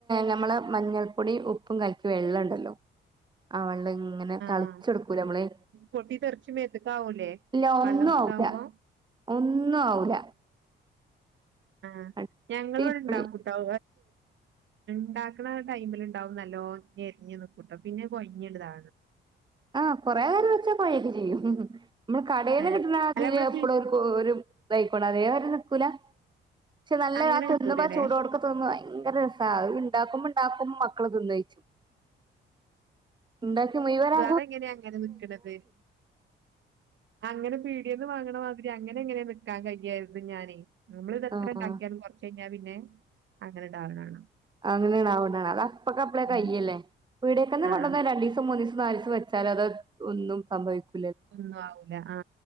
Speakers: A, on the right; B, on the right.
A: നമ്മള് മഞ്ഞൾപ്പൊടിം ഉപ്പും കലക്കി വെള്ളണ്ടല്ലോ ആ വെ അങ്ങനെ
B: ആഹ്
A: തളിച്ചെടുക്കൂലെ
B: ആഹ്
A: നമ്മള്,
B: പൊട്ടി തെറിച്ച് മേത്ത്ക്കാവൂലേ
A: ഇല്ല ഒന്നും
B: വള്ളം
A: ആവൂല
B: ഇതാവുമ്പോ
A: ഒന്നും ആവൂല
B: ആഹ
A: അടിപൊളി
B: ഞങ്ങളവിടെ ഇണ്ടാക്കൂട്ടോ, ഇണ്ടാക്കണ ടൈമിലിണ്ടാവും, നല്ലോ ഞെരിഞ് നിക്കൂട്ടോ, പിന്നെ കൊഴഞ്ഞണ്ട് <unintelligible>
A: ആഹ് കൊറേരം വെച്ചാൽ കൊയൊക്കെ ചെയ്യും, ഇമ്മള് കടേൽന്ന്
B: ഏഹ്
A: കിട്ടുന്ന അതിൽ
B: അല്ല നമ്മള്
A: എപ്പഴ
B: പി-
A: ഒരു <unintelligible> കുല പക്ഷെ നല്ല
B: അങ്ങനെ
A: രാത്ത്
B: കിട്ടൂലല്ലേ
A: നിന്നുമ്പോ ചൂടോടൊക്കെ തിന്നാ ഭയങ്കര രസാ <unintelligible> ണ്ടാക്കുമ്പോ മക്കള് തിന്നയിച്ചു ഉണ്ടാക്കി മുയ്വനാ
B: അത് എങ്ങന അങ്ങനെ നിക്കണത് അങ്ങനെ പീടിയെന്നു ഇത് വാങ്ങണ മാതിരി അങ്ങനെ എങ്ങനെയെ നിക്കാൻ കഴിയ്യായിരുന്നു ഞാനെ നമ്മളിതെത്ര
A: ആഹ്
B: ഉണ്ടാക്കിയാലും കൊറച്ച കഴിഞ്ഞാ പിന്നെ അങ്ങന, ണ്ടാവിണാനാ
A: അങ്ങനെണാവനെ അത് അപ്പൊ കപ്പള
B: ഉം
A: കയ്ല്ലേ വീടേക്കന്ന്
B: ആഹ്
A: കൊണ്ടന്നോ രണ്ട ദിവം മന്നിവ <unintelligible> മനസ് വെച്ചാ അത് ഒന്നും സംഭവിക്കും
B: ഒന്നും ആവില്ല ആ